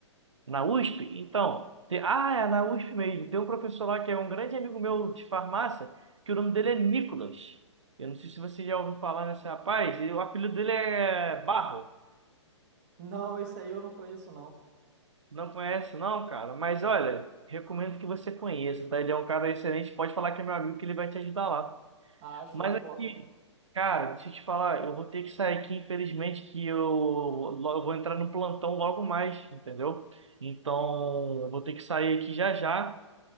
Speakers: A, on the right; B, on the right.
A: Na USP? Então, tem- ah, é na USP mesmo. Tem um professor lá que é um grande amigo meu de farmácia, que o nome dele é Nicolas. Eu não sei se você já ouviu falar nesse rapaz, ele- o apelido dele é Barro.
B: Não, esse aí eu não conheço, não.
A: Não conhece, não, cara? Mas olha, recomendo que você conheça, tá? Ele é um cara excelente. Pode falar que é meu amigo, que ele vai te ajudar lá.
B: Ah, show
A: Mas
B: de
A: aqui,
B: bola.
A: cara, deixa eu te falar, eu vou ter que sair aqui, infelizmente, que eu, lo- eu vou entrar no plantão logo mais, entendeu? Então, eu vou ter que sair aqui já já